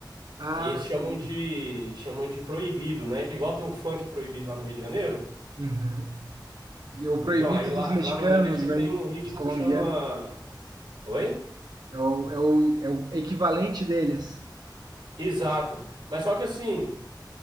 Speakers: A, on the right; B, on the right.
A: Ah,
B: E aí eles chamam
A: sim.
B: de chamam de proibido, né? Igual tem um funk proibido lá no Rio de Janeiro.
A: Uhum. E O proibido
B: Então, aí lá,
A: dos mexicanos,
B: lá no México
A: né?
B: tem um ritmo
A: Dos colombianos.
B: que chama. Oi?
A: É o, é o, é o equivalente deles.
B: Exato. Mas só que assim,